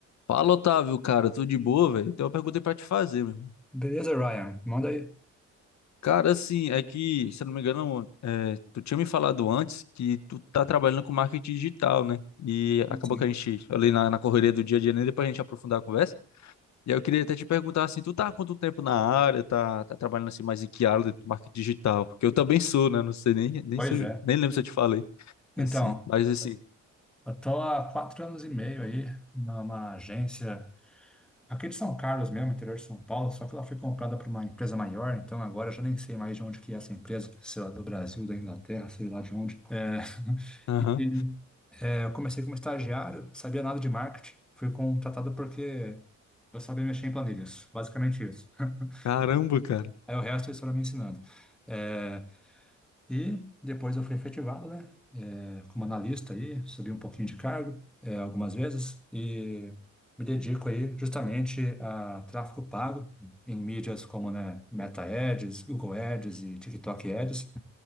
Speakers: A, on the left; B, in the centre.
A: Fala, Otávio, cara, tudo de boa, velho? Eu tenho uma pergunta aí pra te fazer, meu. irmão.
B: Beleza, Ryan? Manda aí.
A: Cara, assim, é que, se eu não me engano, é, tu tinha me falado antes que tu tá trabalhando com marketing digital, né? E acabou
B: Sim.
A: que a gente, ali na, na correria do dia a dia, nem depois a gente aprofundar a conversa. E aí eu queria até te perguntar, assim, tu tá há quanto tempo na área, tá, tá trabalhando assim mais em que área do marketing digital? Porque eu também sou, né? Não sei nem, nem
B: Pois
A: se eu,
B: é.
A: nem lembro se eu te falei,
B: Então,
A: assim, mas assim,
B: eu tô há quatro anos e meio aí numa agência aqui de São Carlos mesmo, interior de São Paulo, só que ela foi comprada por uma empresa maior, então agora eu já nem sei mais de onde que é essa empresa, sei lá, do Brasil, da Inglaterra, sei lá de onde. É, <laughs>
A: aham.
B: e é, eu comecei como estagiário, sabia nada de marketing, fui contratado porque eu sabia mexer em planilhas, basicamente isso. <laughs>
A: Caramba, cara.
B: Aí o resto eles foram me ensinando. É, e depois eu fui efetivado, né? eh, como analista aí, subi um pouquinho de cargo eh, algumas vezes e me dedico aí justamente a tráfego pago em mídias como né, Meta Ads, Google Ads e TikTok Ads.